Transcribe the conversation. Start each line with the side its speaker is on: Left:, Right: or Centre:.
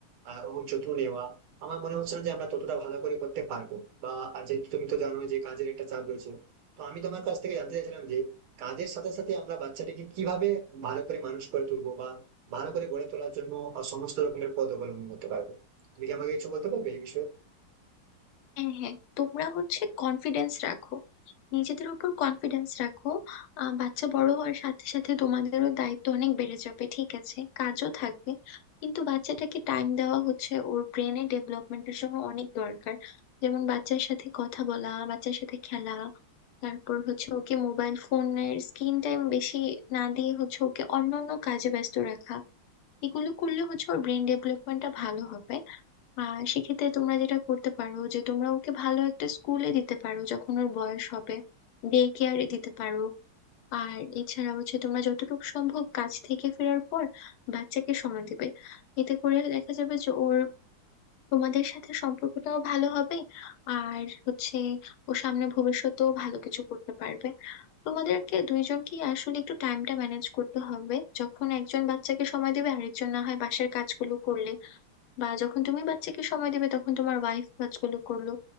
Right: আহ, ওর যত্ন নেওয়া আমার মনে হচ্ছে না যে আমরা ততটা ভালো করে করতে পারবো বা আর যেহেতু তুমি তো জানো যে কাজের একটা চাপ রয়েছে তো আমি তোমার কাছ থেকে জানতে চাইছিলাম যে কাজের সাথে সাথে আমরা বাচ্চাটিকে কিভাবে ভালো করে মানুষ করে তুলবো বা ভালো করে গড়ে তোলার জন্য আহ, সমস্ত রকমের পদ অবলম্বন করতে পারবো তুমি কি আমাকে কিছু বলতে পারবে এই বিষয়ে
Left: হ্যাঁ হ্যাঁ তোমরা হচ্ছে কনফিডেন্স রাখো নিজেদের উপর কনফিডেন্স রাখো আহ, বাচ্চা বড় হওয়ার সাথে সাথে তোমাদেরও দায়িত্ব অনেক বেড়ে যাবে ঠিক আছে কাজও থাকবে কিন্তু বাচ্চাটাকে টাইম দেওয়া হচ্ছে ওর ব্রেনের ডেভেলপমেন্টের জন্য অনেক দরকার যেমন বাচ্চার সাথে কথা বলা বাচ্চার সাথে খেলা তারপর হচ্ছে ওকে মোবাইল ফোনের স্ক্রিন টাইম বেশি না দিয়ে হচ্ছে ওকে অন্যান্য কাজে ব্যস্ত রাখা এগুলো করলে হচ্ছে ওর ব্রেন ডেভেলপমেন্টটা ভালো হবে আর সেক্ষেত্রে তোমরা যেটা করতে পারো যে তোমরা ওকে ভালো একটা স্কুলে দিতে পারো যখন ওর বয়স হবে ডে কেয়ারে দিতে পারো আর এছাড়া হচ্ছে তোমরা যতটুকু সম্ভব কাজ থেকে ফেরার পর বাচ্চাকে সময় দেবে এতে করে দেখা যাবে যে ওর তোমাদের সাথে সম্পর্কটাও ভালো হবে আর হচ্ছে ও সামনে ভবিষ্যতেও ভালো কিছু করতে পারবে তোমাদেরকে দুইজনকে আসলে একটু টাইমটা ম্যানেজ করতে হবে যখন একজন বাচ্চাকে সময় দেবে আরেকজন না হয় বাসার কাজগুলো করলে বা যখন তুমি বাচ্চাকে সময় দেবে তখন তোমার ওয়াইফ কাজগুলো করলো